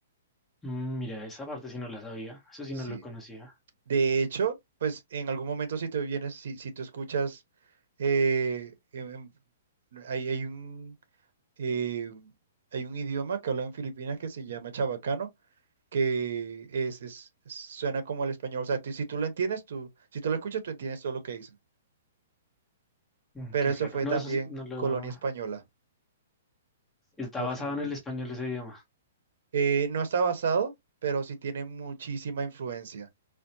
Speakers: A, in the centre; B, on the right.
A: Mm, mira, esa parte sí no la sabía, eso sí
B: Sí.
A: no lo conocía.
B: De hecho, pues en algún momento si te vienes, si, si tú escuchas, eh, em- em, hay, hay un, eh, hay un idioma que hablan en Filipinas que se llama chabacano que es, es- suena como el español. O sea, tú- si tú lo entiendes, tú, si tú lo escuchas, tú entiendes todo lo que dicen.
A: Mm,
B: Pero
A: qué
B: eso
A: raro.
B: fue
A: No,
B: también
A: eso sí no lo...
B: colonia española,
A: Está
B: los
A: basado
B: filipinos.
A: en el español ese idioma.
B: Eh, no está basado, pero sí tiene muchísima influencia.